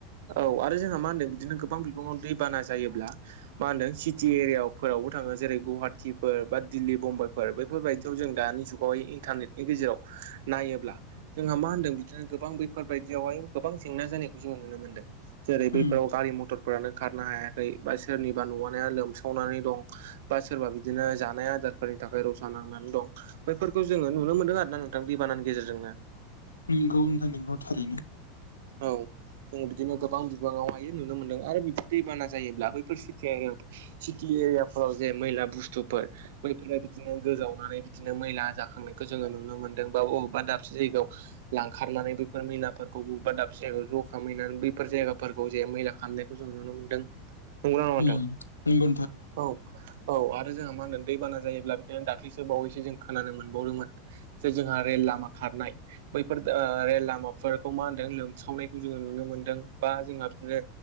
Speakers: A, on the right; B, on the left.
A: औ आरो जोंहा मा होनदों बिदिनो गोबां बिबाङाव दैबाना जायोब्ला मा होनदों सिटि एरियाफोरावबो थाङो जेरै गुवाहाटिफोर बा दिल्ली बुम्बाइफोर बे बेफोरबायदियाव जों दानि जुगावहाय इन्टारनेटनि गेजेराव नायोब्ला जोंहा मा होन्दों बिदिनो गोबां बैफोरबायायदियावहाय गोबां जेंना जानायखौ जों नुनो मोनदों जेरै बैफोराव
B: उम
A: गारि मथरफोरानो खारनो हायाखै बा सोरनिबा न'वानो लोमसावनानै दं बा सोरबा बिदिनो जानाय आदारफोरनि थाखाय रसा नांनानै दं बेैफोरखौ जोङो नुनो मोनदों आरो ना नोंथां दैबानानि गेजेरजोंनो
B: नंगौ नोंथां नंगौ थारैनो
A: औ जों बिदिनो गोबां बिबाङावहाय नुनो मोनदों आरो बिदि दैबाना जायोब्ला बैफोर सथिया आरो सिटि एरियाफोराव ज मैला बुस्तुफोर बैफोर बिदिनो गोजावनानै बिदिनो मैला जाखांनायखौ जोङो नुनो मोनदों बा बबेबा दाबसे जायगायाव लांखारनानै बेफोर मैला फोरफोरखौ बा दाबसे जायगायाव ज' खैनानै बैफोर जायगाफोरखौ जे मैला खालामनायखौ जों नुनो मोन्दों। नंगौना नङा नोंथां।
B: उम नंगौ
A: औ औ आरो जोंहा मा होनदों दैबाना जायोब्ला बिदिनो दाख्लैसो बावैसो जों खोनानो मोनबावदोंमोन जे जोंहा रेल लामा खारनाय बैफोर ओ रेल लामाफोर खौ मा होनदों लोमसावनायखौ जोङो नुनो मोन्दों बा जोंहा बिदिनो